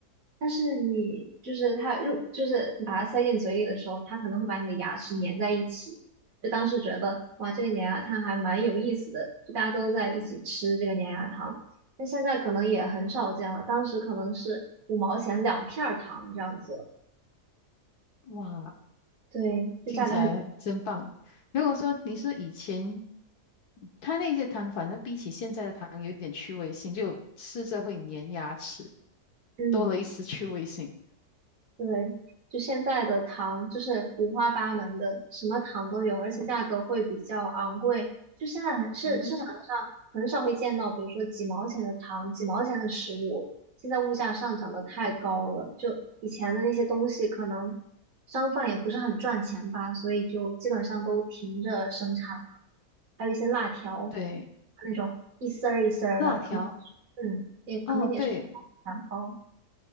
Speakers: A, on the right; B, on the left.
A: 但是你就是它入，就是你把它塞进嘴里的时候，它可能会把你的牙齿粘在一起。就当时觉得哇，这个粘牙糖还蛮有意思的，就大家都在一起吃这个粘牙糖。那现在可能也很少见了，当时可能是五毛钱两片儿糖这样子。
B: 哇，
A: 对，就价格很，
B: 听起来真棒。如果说你说以前它那些糖，反正比起现在的糖有点趣味性，就吃着会粘牙齿。
A: 嗯，
B: 多了一丝趣味性。
A: 对，就现在的糖就是五花八门的，什么糖都有，而且价格会比较昂贵。就现在很市市场上很少会见到，
B: 嗯哼，
A: 比如说几毛钱的糖、几毛钱的食物，现在物价上涨的太高了。就以前的那些东西，可能商贩也不是很赚钱吧，所以就基本上都停着生产了。还有一些辣条，
B: 对，
A: 那种一丝儿一丝儿的，
B: 辣条，
A: 可能嗯，也可能也是
B: 哦，对，
A: 两包。